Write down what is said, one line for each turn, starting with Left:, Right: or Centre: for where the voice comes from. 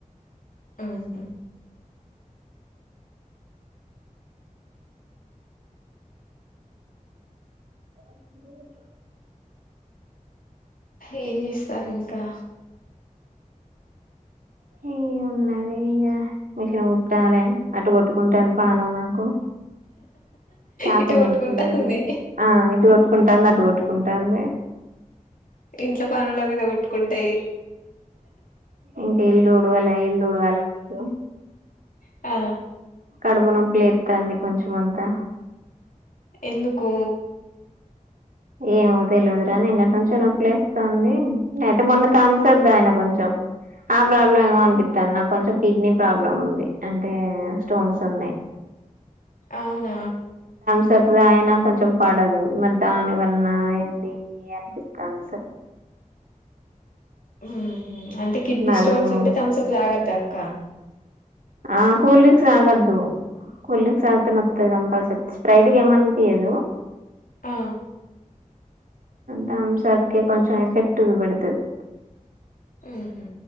Left: ఆహు
Right: <unintelligible>
Left: ఏం చేస్సారు ఇంకా
Right: హే ఉన్నది ఇగ మిషన్ కుట్టాలి అటు కొట్టుకుంటన్ పానం నాకు చాతన్
Left: ఇటు కొట్టుకుంటాంది
Right: ఐతలేదు, ఆ ఇటు కొట్టుకుంటాంది అటు కొట్టుకుంటాంది.
Left: ఇంట్లో పనుల మీద కొట్టుకుంటయి.
Right: ఇంక ఇల్లు ఉడ్వలే ఇల్లు ఉడ్వల ముందు
Left: ఆ
Right: కడుపునొప్పి లేత్తాంది, కొంచం అంతా
Left: ఎందుకు
Right: ఏమో తెలీదురా నిన్నట్నుంచి నొప్పలేస్తాంది, లేతే మొన్న తంమ్సప్ తాయిన కొంచెం ఆ ప్రాబ్లమ్ ఏమో
Left: ఉహు
Right: అనిపిత్తాంది నాక్ కొంచెం కిడ్నీ ప్రాబ్లం ఉంది, అంటే స్టోన్స్ ఉన్నయ్.
Left: అవ్ న
Right: సప్ తాయిన కొంచెం పడదు మరి దాని వల్న ఏంది అనిపిస్తాంది అసలు
Left: హ్మ్ హు అంటే కిడ్నీ
Right: నడుము
Left: స్టోన్స్ ఉంటే థంమ్సప్ తాగద్దా క
Right: ఆ కూల్ డ్రింక్స్ తాగద్దు, కూల్ లింగ్స్ తాతే నొత్తది కంపల్ సరి స్ప్రైట్గ ఏమనిపియదు.
Left: ఆ
Right: దంమ్ సప్కె కొంచెం ఎఫెక్ట్ పడుతది.
Left: ఊహు